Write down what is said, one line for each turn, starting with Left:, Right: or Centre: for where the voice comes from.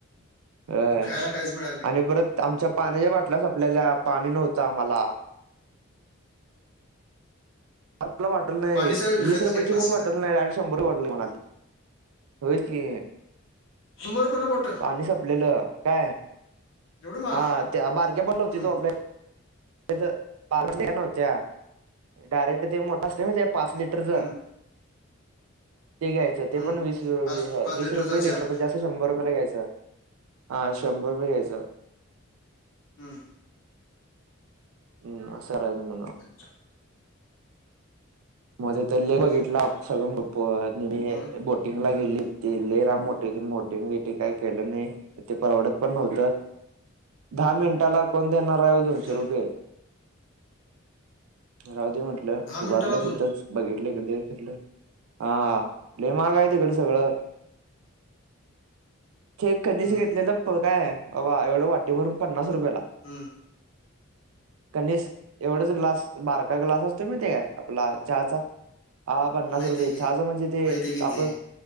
Right: होय
Left: मग खायला काहीच मिळालं नाही
Right: आणि परत. ते आमच्या पाण्याच्या बाटल्या संपल्याल्या पाणी नव्हतं आम्हाला. मला बॉटल नाही.
Left: पाणी सगळं विकतच
Right: वीस रुपयाची
Left: घेतला
Right: पण
Left: असेल
Right: बॉटल
Left: हा.
Right: नाही. डायरेक्ट शं शंभर बॉटल घेऊन आलती, होय की.
Left: शंभर रुपये ला बॉटल.
Right: पाणी संपलेलं काय,
Left: एवढं माल
Right: हा <unintelligible>
Left: हम्म
Right: <unintelligible> नव्हत्या, डायरेक्ट ते मोठ असते माहितीये पाच लिटर. लिटरच
Left: हम्म
Right: ते घ्यायचं ते
Left: हम्म.
Right: पण, वीस हे
Left: पाच
Right: हाय
Left: पाच
Right: वीस
Left: लिटरचा
Right: रुपये लिटर
Left: जार.
Right: म्हणजे असं. फक्त शंभर रुपयेला घ्यायचं, हा शंभर रुपये घ्यायचं.
Left: हम.
Right: हम् अस करायच आहे म्हण.
Left: अच्छा
Right: मध्ये तर लय
Left: हं,
Right: बघितला सगळं म् ब् नेहमी
Left: मग
Right: बोटिंगला गेलीत. ते लय लांब होतं बोटिंग बीटिं काय केलं नाही, ते परवडत पण नव्हतं. दहा मिनिटाला कोण देणार आहे दोनशे
Left: हं.
Right: रुपये. राहूदे म्हंटलं उभारलं
Left: मिनिटाला
Right: तिथ् <unintelligible> हा महाग हाय तिकड सगळं
Left: <inaudible>
Right: ते कणीस
Left: हं,
Right: घेतलेलं प् काय, बाबा एवढं वाटेभरून पन्नास रुपयाला.
Left: हम्म
Right: कणीस एवढंस ग्लास बारकं ग्लास असतोय माहिती हाय काय आपला चहाचा हां पन्नास
Left: माहिती
Right: रुपये
Left: आहे
Right: चहाचा
Left: की,
Right: म्हणजे ते
Left: माहिती आहे की
Right: आपण
Left: ते.